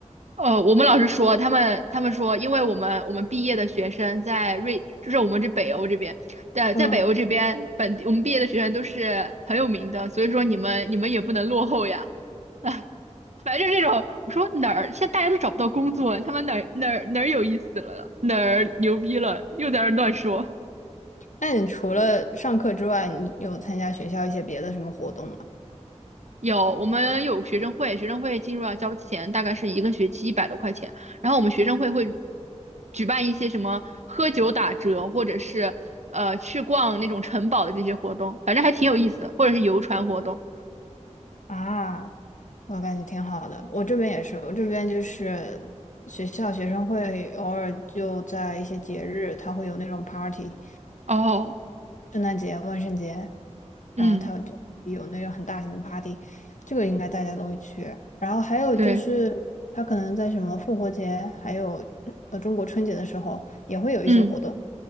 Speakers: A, on the right; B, on the left.
A: 呃，我们老师说，他们他们说，因为我们我们毕业的学生在瑞，就是我们这北欧这边在在北欧这边本地，
B: 嗯。
A: 我们毕业的学生都是很有名的，所以说你们你们也不能落后呀。<laughs> 哎，反正这种，我说哪儿现在大家都找不到工作，他们哪儿哪儿哪儿有意思了，哪儿牛逼了，又在那儿乱说。
B: 那你除了上课之外，你有参加学校一些别的什么活动吗？
A: 有，我们有学生会，学生会进入要交钱，大概是一个学期一百多块钱。然后我们学生会会举办一些什么喝酒打折，或者是呃去逛那种城堡的这些活动，反正还挺有意思的，或者是游船活动。
B: 啊，我感觉挺好的。我这边也是，我这边就是学校学生会偶尔就在一些节日，他会有那种 party，
A: 哦，
B: 圣诞节、万圣节，然后他就有那种很大型的
A: 嗯，
B: party，这个应该大家都会去。然后还有就是，
A: 对，
B: 他可能在什么复活节，还有呃中国春节的时候也会有一些活动。
A: 嗯，